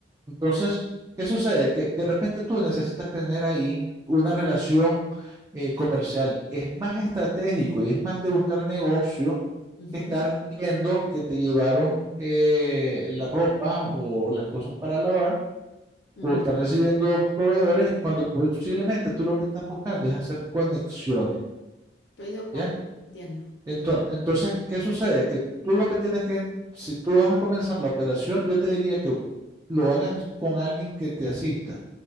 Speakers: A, on the right; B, on the left.
A: Entonces, ¿qué sucede? Que de repente tú necesitas tener ahí una relación eh, comercial. Es más estratégico y es más de buscar negocio
B: Ujú,
A: que estar viendo que te llevaron eh, la ropa o las cosas para lavar
B: mm,
A: o estar recibiendo proveedores cuando posiblemente tú lo que estás buscando es hacer conexiones.
B: Estoy de acuerdo,
A: ¿ya?
B: entiendo.
A: Ento-
B: mm,
A: Entonces, ¿qué sucede? Que tú lo que tienes que, si tú vas a comenzar la operación, yo te diría que lo hagas con alguien que te asista,